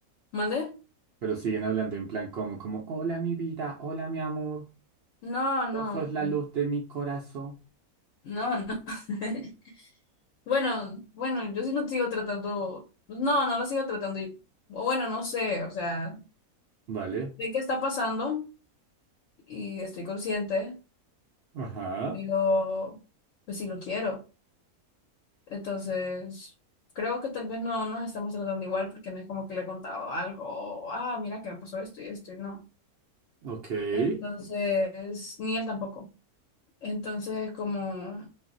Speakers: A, on the left; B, on the right.
A: ¿Mande?
B: pero siguen hablando en plan como, como, hola mi vida, hola mi amor,
A: No, no,
B: vos sos la luz de mi corazón.
A: no, no. <laughs> Bueno, bueno, yo sí lo sigo tratando. No, no lo sigo tratando. y- o Bueno, no sé, o sea,
B: Vale,
A: sé qué está pasando y estoy consciente,
B: ajá,
A: pero pues sí lo quiero. Entonces, creo que tal vez no nos estamos tratando igual porque no es como que le he contado algo, o, ah, mira que me pasó esto y esto y no.
B: ok, ¿qué
A: Entonces, ni él tampoco. Entonces, como